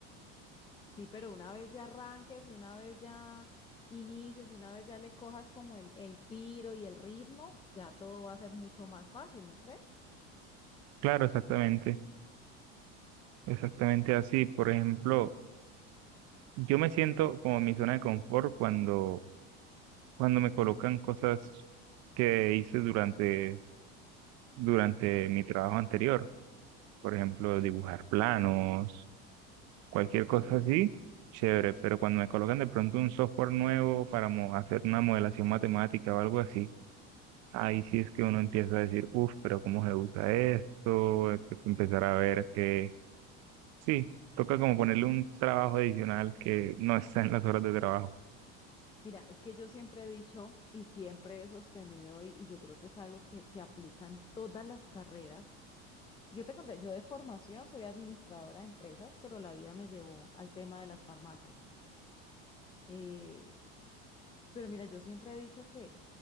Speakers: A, on the left; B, on the right.
A: Sí, pero una vez ya arranques y una vez ya inicies y una vez ya le cojas como el, el tiro y el ritmo, ya todo va a ser mucho más fácil, ¿no crees?
B: Claro, exactamente, exactamente así. Por ejemplo, yo me siento como en mi zona de confort cuando, cuando me colocan cosas que hice durante, durante mi trabajo anterior. Por ejemplo, dibujar planos cualquier cosa así, chévere, pero cuando me colocan de pronto un software nuevo para mo- hacer una modelación matemática o algo así, ahí sí es que uno empieza a decir, uff, pero ¿cómo se usa esto? Hay que Empezar a ver que sí, toca como ponerle un trabajo adicional que no está en las horas de trabajo.
A: Mira, es que yo siempre he dicho y siempre he sostenido, y, y yo creo que es algo que, que aplica en todas las carreras, Yo te conté, yo de formación soy administradora de empresas, pero la vida me llevó al tema de las farmacias. Eh, pero mira, yo siempre he dicho que